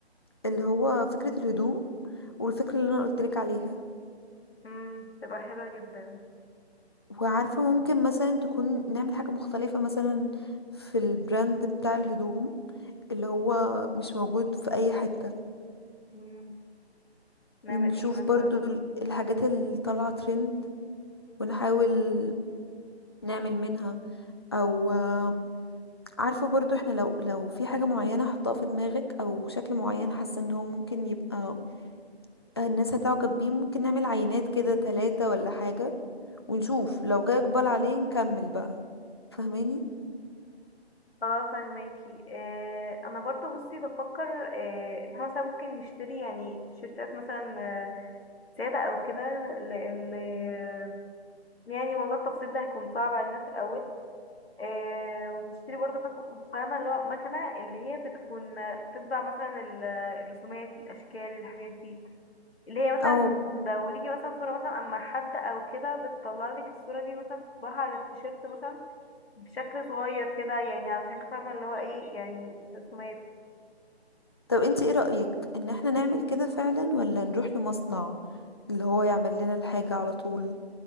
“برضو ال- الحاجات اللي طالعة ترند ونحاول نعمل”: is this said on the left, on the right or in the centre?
Left